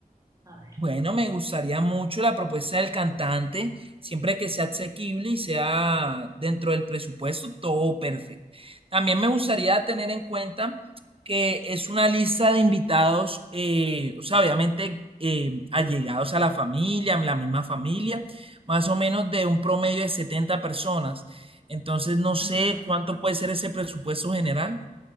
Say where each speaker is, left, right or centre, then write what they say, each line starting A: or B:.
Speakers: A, on the right; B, on the right.
A: A ver.
B: Bueno, me gustaría mucho la propuesta del cantante, siempre que sea asequible y sea dentro del presupuesto, todo perfecto. También me gustaría tener en cuenta que es una lista de invitados, eh, o sea, obviamente eh, allegados a la familia, la misma familia, más o menos de un promedio de 70 personas. Entonces, no sé
A: Ujú.
B: cuánto puede ser ese presupuesto general.